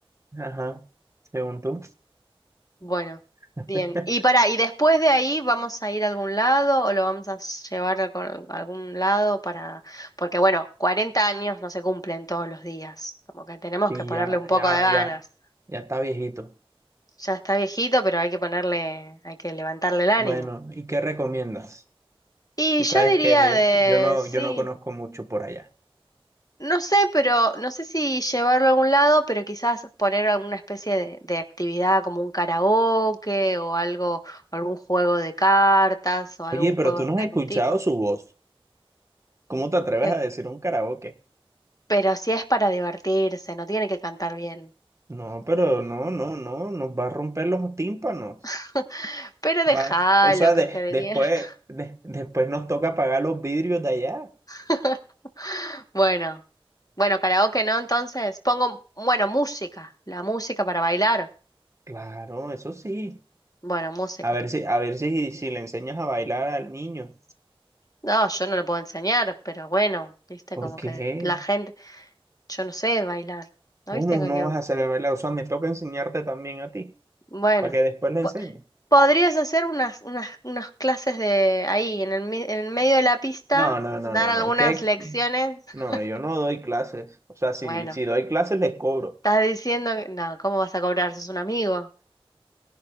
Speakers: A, on the right; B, on the left.
A: Ajá, según tú.
B: Bueno,
A: <laughs>
B: bien. Y para, ¿y después de ahí vamos a ir a algún lado o lo vamos a llevar a, co- a algún lado para... Porque bueno, 40 años no se cumplen todos los días. Como que tenemos
A: Y
B: que ponerle
A: ya,
B: un poco
A: ya,
B: de ganas.
A: ya, ya está viejito.
B: Ya está viejito, pero hay que ponerle, hay que levantarle el ánimo.
A: Bueno, ¿y qué recomiendas?
B: Y
A: Tú sabes
B: yo diría
A: que
B: de,
A: yo no,
B: sí.
A: yo no conozco mucho por allá.
B: No sé, pero no sé si llevarlo a algún lado, pero quizás poner alguna especie de, de actividad como un karaoke o algo, o algún juego de cartas o algún
A: Oye, pero
B: juego
A: tú no
B: de
A: has
B: algún
A: escuchado
B: tipo.
A: su voz. ¿Cómo te atreves
B: ¿Qué?
A: a decir un karaoke?
B: Pero si es para divertirse, no tiene que cantar bien.
A: No, pero no, no, no, nos va a romper los tímpanos.
B: <laughs> Pero déjalo
A: Va, o sea,
B: que
A: de,
B: se divierta.
A: después, de- después nos toca pagar los vidrios de allá.
B: <laughs> Bueno, bueno, karaoke no, entonces pongo, bueno, música, la música para bailar.
A: Claro, eso sí.
B: Bueno, música.
A: A ver si, a ver si, si le enseñas a bailar al niño.
B: No, yo no lo puedo enseñar, pero bueno, viste,
A: ¿Por
B: como
A: qué?
B: que la gente Yo no sé bailar. ¿No
A: ¿Cómo
B: viste que,
A: no
B: que-
A: vas a saber bailar? O sea, me toca enseñarte también a ti,
B: bueno,
A: para que después le enseñes.
B: po- podrías hacer unas, unas, unas clases de ahí, en el, mi- en el medio de la pista,
A: No, no, no,
B: dar
A: no,
B: algunas
A: no. ¿Qué?
B: lecciones.
A: No,
B: <laughs>
A: yo no doy clases. O sea, si,
B: Bueno,
A: si doy clases les cobro.
B: estás diciendo que, no, ¿cómo vas a cobrar? Sos un amigo.